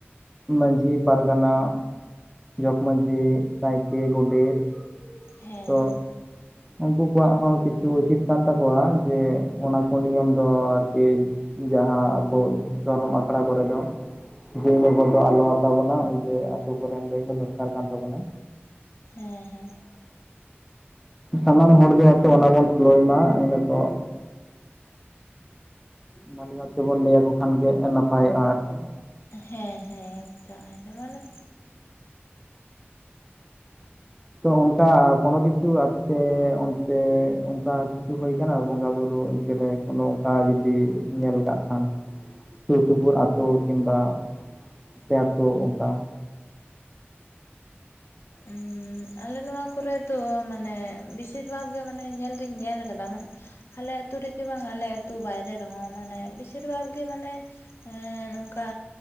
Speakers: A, in the centre; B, on the left.
A: ᱢᱟᱹᱡᱷᱤ ᱯᱟᱨᱜᱟᱱᱟ ᱡᱚᱜᱽᱢᱺᱡᱷᱤ ᱱᱟᱭᱠᱮ ᱜᱚᱰᱮᱛ
B: ᱦᱮᱸ
A: ᱛᱚ
B: ᱦᱮᱸ
A: ᱩᱱᱠᱩ ᱠᱚᱣᱟᱜ ᱦᱚᱸ ᱠᱤᱪᱷᱩ ᱩᱪᱤᱛ ᱠᱟᱱ ᱛᱟᱠᱚᱣᱟ ᱡᱮ ᱚᱱᱟᱠᱚ ᱱᱤᱭᱚᱢ ᱫᱚ ᱟᱨᱠᱤ ᱡᱟᱦᱟᱸ ᱟᱵᱚ ᱫᱷᱚᱨᱚᱢ ᱟᱠᱷᱲᱟ ᱠᱚᱨᱮ ᱫᱚ ᱡᱮ ᱤᱱᱟᱹ ᱯᱚᱨ ᱫᱚ ᱟᱞᱚ ᱟᱛᱟ ᱵᱚᱱᱟ ᱡᱮ ᱟ ᱟᱹᱛᱩ ᱠᱚᱨᱮᱱ ᱞᱟᱹᱭ ᱦᱚᱸ ᱫᱚᱨᱠᱟᱨ ᱠᱟᱱ ᱛᱟᱵᱳᱱᱟ
B: ᱦᱮᱸ ᱦᱮᱸ
A: ᱥᱟᱱᱟᱢ ᱦᱚᱲᱜᱮ ᱟᱛᱮ ᱚᱱᱟ ᱵᱚᱱ ᱯᱷᱚᱞᱚ ᱢᱟ ᱤᱱᱟ ᱠᱚ-ᱼ ᱵᱷᱟᱞᱤ ᱵᱟᱛ ᱛᱮᱵᱚᱱ ᱞᱟᱹᱭᱟᱠᱚ ᱠᱷᱟᱱ ᱜᱮ ᱱᱟᱯᱟᱭᱚᱜᱼᱟ ᱟᱨᱠᱤ᱾
B: ᱦᱮᱸ ᱦᱮᱸ ᱡᱟᱸᱦᱟᱭ ᱫᱚ ᱢᱟᱱᱮ
A: ᱛᱚ ᱚᱱᱠᱟ ᱠᱚᱱᱚ ᱠᱤᱪᱷᱩ ᱟᱯᱛᱮ ᱚᱱᱛᱮ ᱚᱱᱠᱟ ᱠᱤᱪᱷᱩ ᱦᱩᱭ ᱟᱠᱟᱱᱟ ᱵᱚᱸᱜᱟ ᱵᱩᱨᱩ ᱛ ᱨᱮ ᱠᱚᱱᱚ ᱚᱱᱠᱟ ᱡᱚᱫᱤ ᱧᱮᱞ ᱠᱟᱜ ᱠᱷᱟᱱ᱾ ᱥᱩᱨ ᱥᱩᱯᱩᱨ ᱟ. ᱛᱩ ᱠᱤᱢᱵᱟ ᱟᱯᱮ ᱟ. ᱛᱩ ᱚᱱᱠᱟ
B: ᱩᱸᱻ ᱟᱞᱮ ᱱᱚᱣᱟ ᱠᱚᱨᱮ ᱛᱚ ᱢᱟᱱᱮ ᱵᱤᱥᱤᱨ ᱵᱷᱟᱜᱽ ᱜᱮ ᱢᱟᱱᱮ ᱧᱮᱞ ᱫᱩᱧ ᱧᱮᱞ ᱟᱠᱟᱫᱟ ᱢᱟᱱᱮ ᱟᱞᱮ ᱟ. ᱛᱩ ᱨᱮᱜᱮ ᱵᱟᱝ ᱟᱞᱮ ᱟᱹᱛᱩ ᱵᱟᱭᱨᱮ ᱨᱮᱦᱚᱸ ᱢᱟᱱᱮ ᱵᱤᱥᱤ ᱫᱚ ᱵᱷᱟᱜᱽ ᱜᱮ ᱢᱟᱱᱮ ᱦᱮᱸ ᱱᱚᱝᱠᱟ